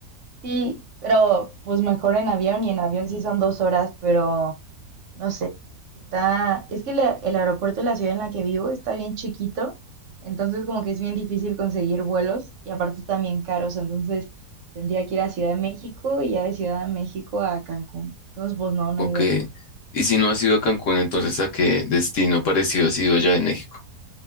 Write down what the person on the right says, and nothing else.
sí, pero pues mejor en avión y en avión sí son dos horas, pero No sé, está, es que la- el aeropuerto de la ciudad en la que vivo está bien chiquito, entonces como que es bien difícil conseguir vuelos y aparte están bien caros, entonces tendría que ir a Ciudad de México y ya de Ciudad de México a Cancún. Entonces, pues no, no
he ido.